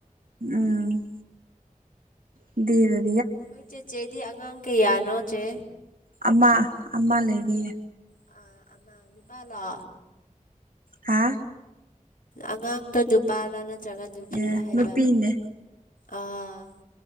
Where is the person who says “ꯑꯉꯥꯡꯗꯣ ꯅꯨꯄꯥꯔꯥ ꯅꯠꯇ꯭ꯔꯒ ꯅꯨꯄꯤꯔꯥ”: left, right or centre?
Left